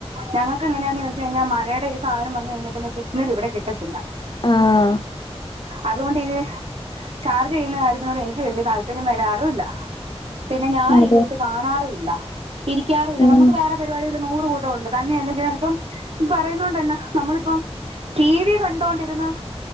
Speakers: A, on the right; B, on the left.
A: ഞങ്ങെക്ക് എങ്ങനെയാന്ന് ചോയിച്ച് കഴിഞ്ഞാ മഴയുടെ ഈ സാധനം വന്ന് കഴിഞ്ഞാ പിന്നെ സിഗ്ന്നെൽ ഇവടെ കിട്ടത്തില്ല
B: ആഹ്
A: അതുകൊണ്ട് ഇത് ചാർജ് ചെയ്യുന്ന കാര്യത്തിനോട് എനിക്ക് വെല്ല്യ താല്പര്യം വെരാറും ഇല്ല. പിന്നെ ഞാൻ
B: അതെ
A: ഇതൊട്ട് കാണാറുയില്ല ഇരിക്കാറുയില്ല
B: ഉം
A: നമുക്ക് വേറെ പ പരിപാടി ഒക്കെ നൂറ് കൂട്ടം ഉണ്ട് തന്നെയല്ല അല്ലെങ്കിപ്പം പറയുന്നോണ്ട് യെന്നെ നമ്മളിപ്പം ടി വി കണ്ടോണ്ട് ഇര്ന്ന്